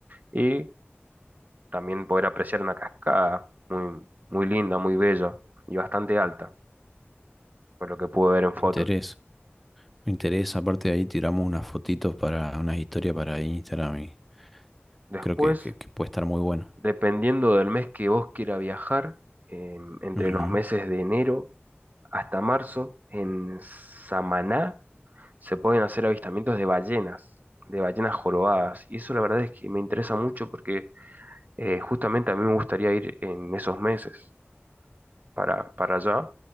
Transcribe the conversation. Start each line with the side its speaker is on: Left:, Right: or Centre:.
Right: y también poder apreciar una cascada muy, muy linda, muy bella y bastante alta, por lo que pude ver en fotos.
Centre: me interesa, me interesa, aparte de ahí tiramos unas fotitos para, unas historias para Instagram y
Right: Después,
Centre: creo que, que- que puede estar muy bueno.
Right: dependiendo del mes que vos quiera viajar, em, entre
Centre: Ujú.
Right: los meses de enero hasta marzo, en Samaná se pueden hacer avistamientos de ballenas, de ballenas jorobadas. Y eso la verdad es que me interesa mucho porque eh, justamente a mí me gustaría ir en esos meses para, para allá